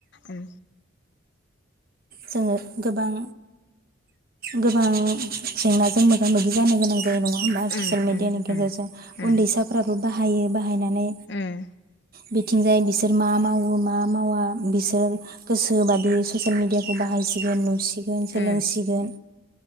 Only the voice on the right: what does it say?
जोङो गोबां गोबां जेंनाजों मोगा मोगि जानो गोनां। यो नङा होमबा ससियेल
मिडियानि
गेजेरजों
उन्दैसाफ्राबो
बाहायो बाहायनानै
बि थिंजाय बिसोर मा मावो मा मावा बिसोर गोसो बादि ससियेल मिडिया है बाहायसिगोन नुसि सिगोन सोलोंसिगोन